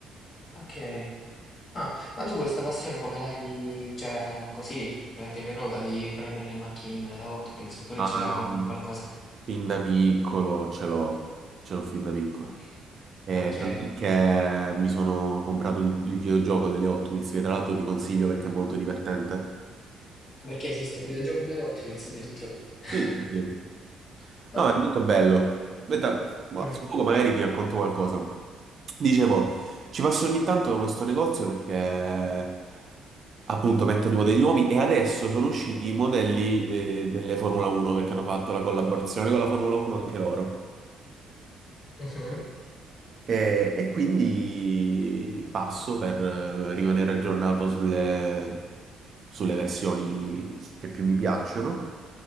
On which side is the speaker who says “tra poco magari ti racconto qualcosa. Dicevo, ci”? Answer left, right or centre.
Right